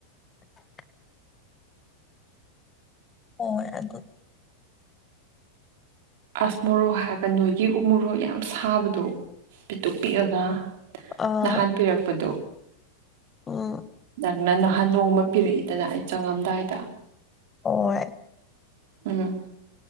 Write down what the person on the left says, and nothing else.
<unintelligible> ꯍꯣꯏꯣꯏ ꯑꯗꯨꯗꯤ
ꯑꯥ
ꯎꯝ
ꯍꯣꯏ